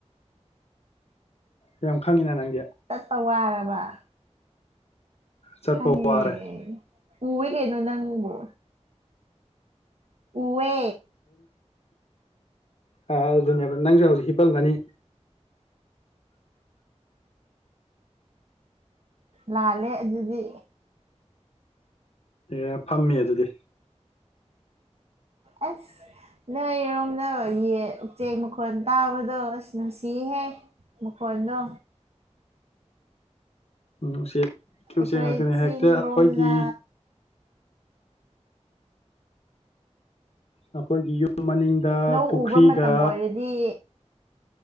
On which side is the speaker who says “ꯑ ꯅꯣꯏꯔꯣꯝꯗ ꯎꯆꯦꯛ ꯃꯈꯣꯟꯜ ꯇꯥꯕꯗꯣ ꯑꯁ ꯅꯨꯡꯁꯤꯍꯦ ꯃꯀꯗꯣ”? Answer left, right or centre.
Right